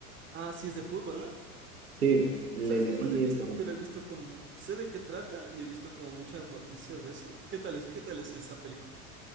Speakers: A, on the right; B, on the right.
A: Ah, sí es de fútbol, ¿no?
B: Sí, le
A: ¿Sabes
B: metí
A: que no la he visto?
B: esa también.
A: Pero he visto como, sé de qué trata y he visto como muchas noticias de eso. ¿Qué tal es, qué tal es esa película?